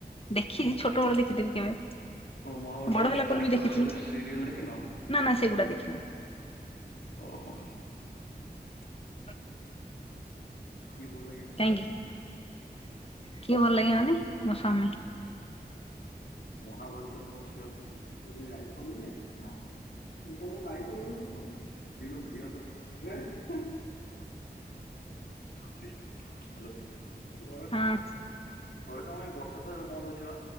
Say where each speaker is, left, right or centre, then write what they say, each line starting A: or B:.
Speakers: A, on the left; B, on the left.
A: ଦେଖିଚି ଛୋଟ ବଳେ ଦେଖିଥିବି କେବେ।
B: ଓଁ ମହାଭାରତ
A: ବଡ
B: ଯୋଉ
A: ହେଲା
B: ଷ୍ଟାର
A: ପରେ ବି
B: ପ୍ଲସରେ
A: ଦେଖିଛି
B: ସିରିଏଲ ଦେଖିନ?
A: ନା ନା ସେଗୁଡା ଦେଖିନି
B: ଓହୋ।
A: <inaudible>
B: କିଏ ଭଲ ଲାଗେ? ତମକୁ
A: କାହିଁକି, କିଏ ଭଲ ଲାଗେ ମାନେ ମୋ ସ୍ଵାମୀ।
B: ମହାଭାରତରେ କଣ ସିଏ ଅଛନ୍ତି? <inaudible> ହ୍ୟାଲୋ <unintelligible>
A: ହଁ।
B: ଘର କାମ ଏଇ ବର୍ଷ ସାରା ବନ୍ଦ ଅଛି ବା